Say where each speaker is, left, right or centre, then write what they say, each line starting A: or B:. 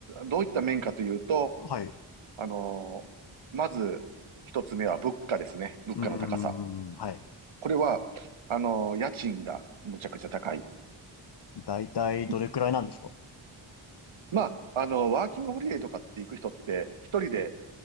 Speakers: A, on the right (about 70°); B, on the left (about 55°).
A: どういった面かというと、
B: はい。う
A: あのーまず、一つ目は物価ですね。物価の高さ。
B: ーん。はい。
A: これは、あの、家賃がむちゃくちゃ高い。
B: だいたいどれくらいなんですか
A: うんまあ、あの、ワーキングホリデーとかって行く人って、一人で